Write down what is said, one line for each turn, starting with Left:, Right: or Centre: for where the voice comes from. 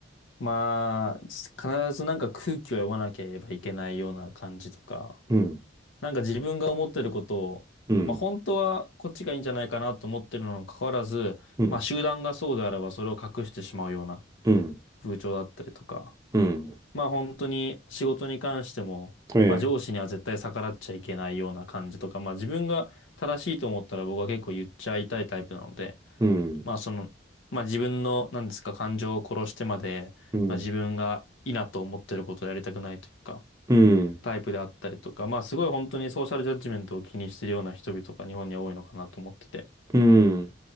Left: まあ、必ずなんか空気を読まなければいけないような感じとか、
Right: うん、
Left: なんか自分が思ってることを、
Right: うん、
Left: まあ本当はこっちがいいんじゃないかなと思ってるのに関わらず、
Right: うん、
Left: まあ集団がそうであればそれを隠してしまうような
Right: うん、
Left: 風潮だったりとか、
Right: うん。
Left: まあ本当に仕事に関しても、
Right: ええ
Left: まあ上司には絶対逆らっちゃいけないような感じとか、まあ自分が正しいと思ったら僕は結構言っちゃいたいタイプなので、
Right: うん、
Left: まあその、まあ自分の、なんですか、感情を殺してまで、
Right: うん、
Left: まあ自分がいいなと思ってることをやりたくないというか、
Right: うん、
Left: タイプであったりとか、まあすごい本当にソーシャルジャッジメントを気にしてるような人々が日本には多いのかなと思ってて。
Right: うん、